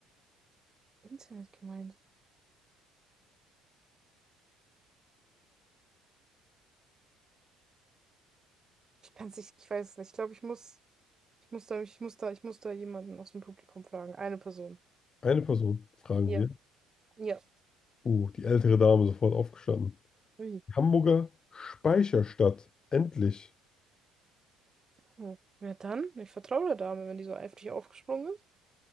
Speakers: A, on the right (about 25°); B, on the left (about 30°).
A: Internetgemeinde. Ich kann es nicht, ich weiß es nicht. Ich glaube, ich muss, ich muss da, ich muss da, ich muss da jemanden aus dem Publikum fragen. Eine Person.
B: Eine Person, fragen
A: Ja,
B: wir.
A: ja.
B: Uh, die ältere Dame sofort aufgestanden.
A: Ui.
B: Hamburger Speicherstadt. Endlich.
A: Hm. Ja, dann, ich vertraue der Dame, wenn die so eifrig aufgesprungen